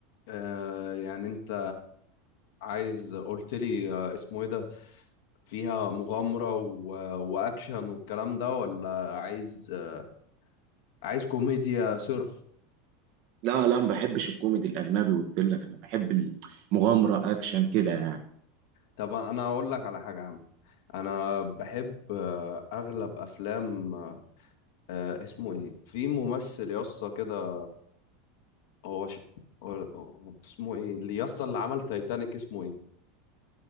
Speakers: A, on the left (about 60°); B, on the right (about 50°).
A: آه يعني انت عايز قلت لي آه، اسمه ايه ده فيها مغامرة و... واكشن والكلام ده ولا عايز آه، عايز كوميديا صرف
B: لا لا ما بحبش الكوميدي الأجنبي قلت لك أنا بحب المغامرة أكشن كده يعني
A: طب انا اقول لك على حاجه يا عم انا بحب آه، اغلب افلام آه، آه، اسمه ايه في ممثل يسطا كده هو, ش... هو هو اسمه ايه اللي يسطا اللي عمل تايتانيك اسمه ايه